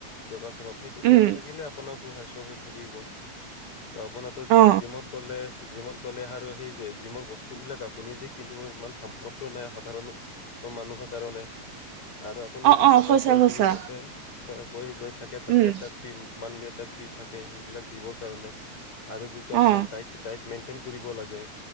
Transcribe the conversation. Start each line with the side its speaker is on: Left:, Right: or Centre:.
Left: যোগাসনত সেইটো কৰি
Right: উম
Left: থাকিলে আপোনাৰ সু-স্বাস্থ্য হৈ থাকিব। ত' আপোনাৰো জি
Right: অ
Left: জিমত গ'লে জিমত আৰু সেই যে জিমোৰ বস্তু বিলাক আপুনি যে কিনিব ইমান সামৰ্থ্য নাই। সাধাৰণ মানুহ কাৰণে।
Right: <inaudible>
Left: আৰু আপুনি
Right: অ
Left: যদি
Right: অ
Left: সদায়
Right: সঁচা
Left: গৈ
Right: সঁচা
Left: কিনি তাতে, গৈ গৈ থাকে তাতে
Right: উম
Left: এটা মানলি এটা ফ্ৰী থাকে সেইবিলাক দিবৰ কাৰণে, আৰু যিটো আপোনাৰ
Right: অ
Left: দাইট দাইট মেইট্ৰেন কৰিব লাগে,